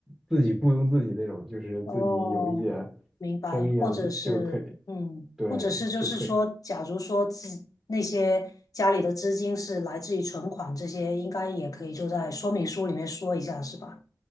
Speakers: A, in the centre; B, on the left.
A: 自己雇佣自己那种，就是自己有一些
B: 哦，明白。
A: 生意啊，
B: 或者是嗯，
A: 就就可以，对，
B: 或者是就是说，
A: 就可以。
B: 假如说自那些家里的资金是来自于存款，这些应该也可以就在说明书里面说一下，是吧？